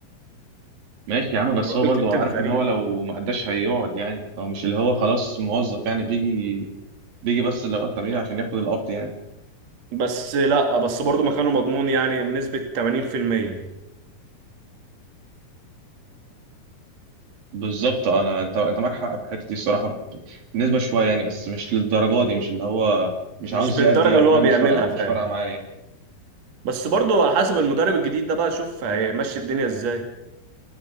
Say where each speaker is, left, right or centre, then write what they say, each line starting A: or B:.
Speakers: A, on the right (about 65°); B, on the right (about 50°).
A: ماشي يا عم بس
B: الراجل
A: هو برضه
B: كابتن
A: عارف
B: فريق
A: ان هو لو ما قداش هيقعد يعني هو مش اللي هو خلاص موظف يعني بيجي بيجي بس الاوقات التمرين عشان ياخد القبض يعني
B: بس لا بس برضه مكانه مضمون يعني بنسبه 80%
A: بالظبط انا انت انت معاك حق في الحته دي الصراحه ب- بالنسبه شويه يعني بس مش للدرجه دي مش اللي هو مش
B: مش
A: عاوز
B: بالدرجة
A: يأدي او
B: اللي
A: فاهم
B: هو بيعملها
A: مش فارقه مش
B: فعلا
A: فارقه معايا يعني.
B: بس برضه على حسب المدرب الجديد ده بقى شوف هيمشي الدنيا ازاي